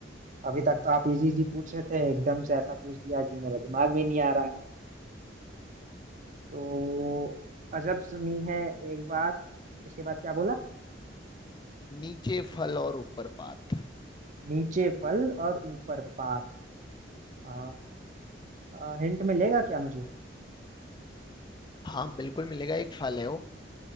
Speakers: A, on the right (about 45°); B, on the left (about 25°).
A: अभी तक तो आप इजी इजी पूछ रहे थे एकदम से ऐसा पूछ दिया कि मेरे दिमाग में नहीं आ रहा है तो अजब सुनी है एक बात उसके बाद क्या बोला
B: नीचे फल और ऊपर पात
A: नीचे फल और ऊपर पात आ, आ, हिंट मिलेगा क्या मुझे
B: हाँ बिल्कुल मिलेगा एक फल है वो